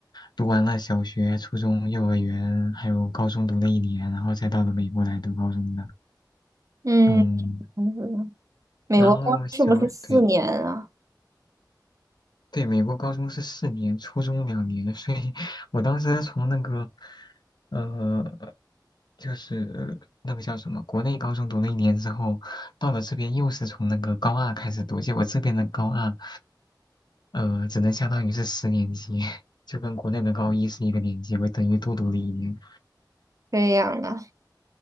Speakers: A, on the left; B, on the right.
A: 读完了小学、初中、幼儿园，还有高中读了一年，然后才到了美国来读高中的。
B: 嗯，
A: 嗯，
B: 嗯美国公是不是四年啊？
A: 然后小，对对，美国高中是四年，初中两年，所以我当时从那个，呃，就是那个叫什么，国内高中读了一年之后，到了这边又是从那个高二开始读，结果这边的高二。呃，只能相当于是十年级，<laughs> 就跟国内的高一是一个年级，我等于多读了一年。
B: 这样啊？